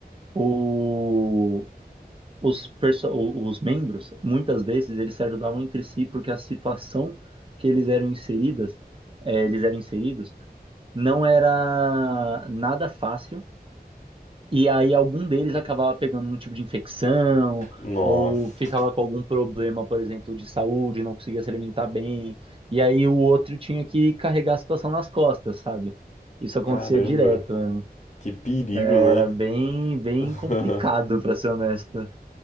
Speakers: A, on the right; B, on the left.
A: o os, perso- o- os membros, muitas vezes, eles se ajudavam entre si porque a situação que eles eram inseridas, eh, eles eram inseridos, não era nada fácil. E aí algum deles acabava pegando um tipo de infecção
B: Nossa.
A: ou ficava com algum problema, por exemplo, de saúde, não conseguia se alimentar bem. E aí o outro tinha que carregar a situação nas costas, sabe? Isso acontecia
B: Caramba,
A: direto. né?
B: que perigo,
A: Era
B: né?
A: bem, bem
B: <laughs>
A: complicado, pra ser honesto.